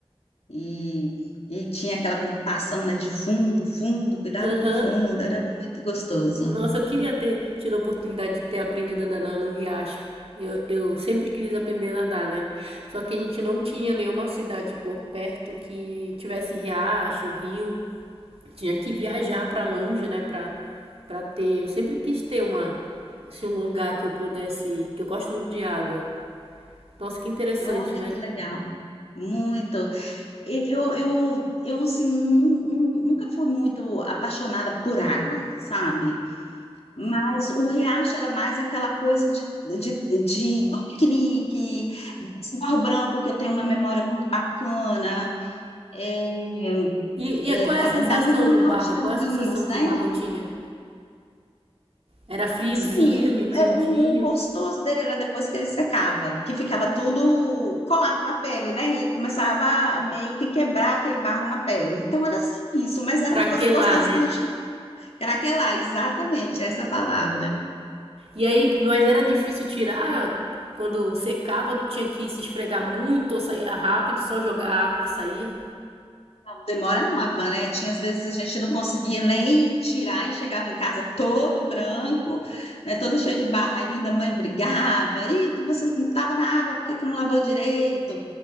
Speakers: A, on the left; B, on the right.
A: E, e tinha aquela preocupação, né, de fundo, fundo, cuidado
B: aham.
A: com fundo, era muito gostoso.
B: Nossa, eu queria ter tido a oportunidade de ter aprendido a nadar no riacho. Eu, eu sempre quis aprender a nadar, né? Só que a gente não tinha nenhuma cidade por perto que tivesse riacho, rio. Tinha que viajar para longe, né, para para ter, eu sempre quis ter uma assim um lugar que eu pudesse, que eu gosto muito de água. Nossa, que interessante,
A: Olha
B: né?
A: que legal, muito. E Eu, eu, eu assim, nu- nu- nunca fui muito apaixonada por água, sabe? Mas o riacho era mais aquela coisa de, de, de do piquenique, desse Barro Branco, que eu tenho uma memória muito bacana, é,
B: E,
A: é,
B: e é, qual
A: da
B: é a sensação
A: da reunião
B: do barro?
A: de
B: Qual
A: amiguinhos,
B: é a sensação que
A: né?
B: o barro tinha? Era friozinho,
A: Sim, é-
B: quentinho,
A: é- o gostoso dele era depois que ele secava, que ficava tudo colado na pele, né? E começava a meio que quebrar aquele barro na pele. Então era assim, isso, mas era
B: craquelar,
A: uma coisa gostosa
B: né?
A: que a gente craquelar, exatamente essa palavra.
B: E aí, mas era difícil tirar. Quando secava, tu tinha que se esfregar muito ou saía rápido, só jogar água que saía.
A: Demorava, né? Tinha às vezes a gente não conseguia nem tirar e chegava em casa todo branco, né? Todo cheio de barro ainda, a mãe brigava, e você não estava na água, por que que não lavou direito?